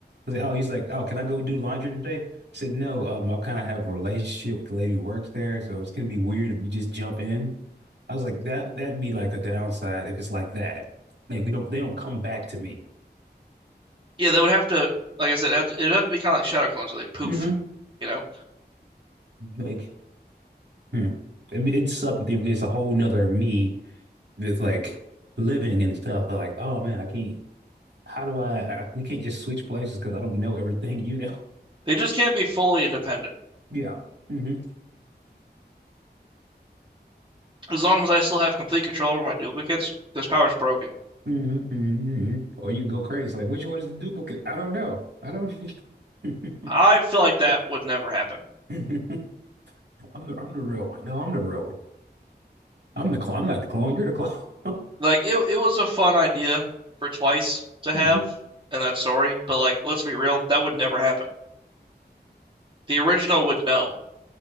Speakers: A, on the right; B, on the right.
A: was like, oh, he's like, oh, can I go do laundry today? I said, no, um, I kind of have a relationship with the lady who works there, so it's gonna be weird if you just jump in. I was like, that that'd be like a downside if it's like that. Like we don't they don't come back to me.
B: Yeah, they would have to, like I said, it would have to, it'd have to be kind of like shadow clones where they poof,
A: hmm
B: you know?
A: Like Hmm. It, it sucked if there's a whole nother me that's like living and stuff. But like, oh man, I can't. How do I, I? We can't just switch places because I don't know everything you know. <laughs>
B: They just can't be fully independent.
A: Yeah. hmm
B: As long as I still have complete control over my duplicates, this power's broken.
A: hmm hmm Or you go crazy. Like, which one is the duplicate? I don't know. I don't. <laughs>
B: I feel like that would never happen.
A: I'm the I'm the real one. No, I'm the real one. I'm the clone. I'm not the clone. You're the clone. <laughs>
B: Like it, it was a fun idea for Twice to
A: Mhm.
B: have in that story, but like, let's be real, that would never happen. The original would know,